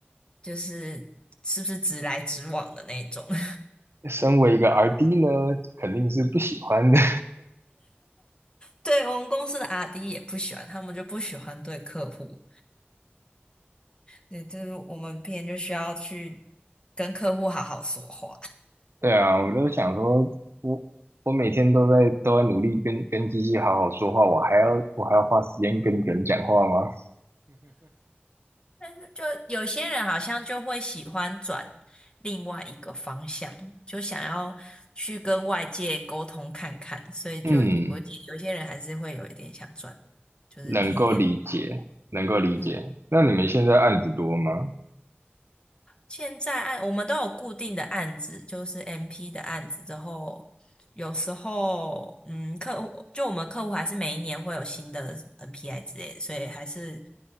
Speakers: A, on the left; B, on the right.
A: 就是是不是直来直往的那种。<laughs>
B: 身为一个 RD 呢，肯定是不喜欢 <laughs> 的。
A: 对，我们公司的阿 d 也不喜欢，他们就不喜欢对客户。对，就是我们别人就需要去跟客户好好说话。<laughs>
B: 对啊，我就想说，我我每天都在都在努力跟跟机器好好说话，我还要我还要花时间跟人讲话吗？
A: 但是就有些人好像就会喜欢转另外一个方向，就想要去跟外界沟通看看，所以就我有些人还是会有一点想转，
B: 嗯，
A: 就是
B: 能够理解，
A: PM。
B: 能够理解。
A: 嗯
B: 那你们现在案子多吗？
A: 现在案我们都有固定的案子，就是 MP 的案子之后，有时候嗯，客户就我们客户还是每一年会有新的 NPI 之类的，所以还是